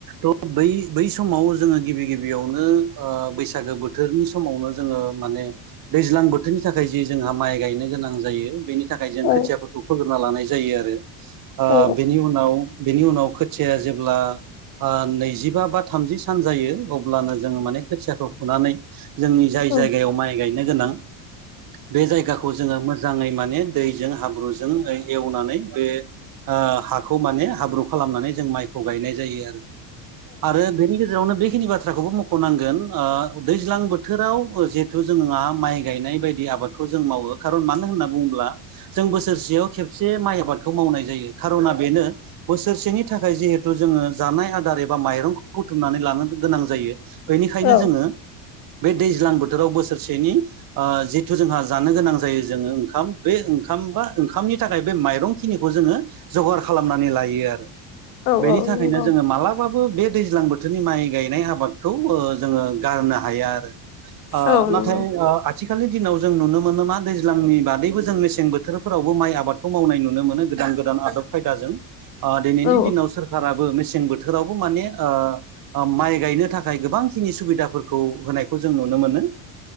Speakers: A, on the right; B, on the left.
A: औव बै बै समाव जोङो गिबि गिबियावनो ओ बैसागो बोथोरनि समावनो जोङो माने दैज्लां बोथोरनि थाखाय जि जोंहा माइ गायनो गोनां जायो बेनि नि थाखाय जों
B: औ
A: खोथियाफोरखौ फोग्रोना लानाय जायो आरो ओ
B: औ
A: बेनि उनाव बेनि उनाव खोथिया जेब्ला ओ नैजिबा बा थामजि सान जायो अब्लानो जोङो माने खोथियाखौ फुनानै जोंनि जाय
B: औ
A: जायगायाव माइ गायनो गोनां बे जायगाखौ जोङो मोजाङै माने दैजों हाब्रुजों एवनानै बे आ हाखौ माने हाब्रु खालामनानै जों माइखौ गायनाय जायो आरो आरो बेनि गेजेरावनो बे बेखिनि बाथ्राखौबो मख'नांगोन ओ दैज्लां बोथोराव जिहेथु जोंहा माइ गायनाय बायदि आबादखौ जों मावो कारन मानो होनना बुङोब्ला जों बोसोरसेयाव खेबसे माइ आबादखौ मावनाय जायो खार'ना बेनो बोसोरसेनि थाखाय जिहेथु जोङो जानाय आदार एबा माइरंखौ बुथुमनानै लानो गोनां जायो बेनिखायनो
B: औ
A: जोङो बे दैज्लां बोथोराव बोसोरसेनि ओ जिथु जोंहा जानो गोनां जायो जोङो ओंखाम बे ओंखाम बा ओंखामनि थाखाय बे माइरंखिनिखौ जोङो जगार खालामनानै लायो आरो
B: औ
A: बेनि
B: औ
A: थाखायनो
B: नंगौ
A: जोङो मालाबाबो थेवबो बे दैज्लां बोथोरनि माइ गायनाय आबादखौ जोङो गारनो हाया आरो ओ
B: औ
A: नाथाय
B: नंगौ
A: आथिखालनि दिनाव जों नुनो मोनोना दैज्लांनि बादैबो जों जों मेसें बोथोरफोरावबो माइ आबादखौ मावनाय नुनो मोनो गोदान गोदान आदब खायदाजों ओ दिनैनि
B: औ
A: दिनाव सोरखाराबो मेसें सें बोथोरावबो माने ओ ओ माइ गायनो थाखाय गोबां खिनि सुबिदाफोरखौ होनायखौ जों नुनो मो मोनो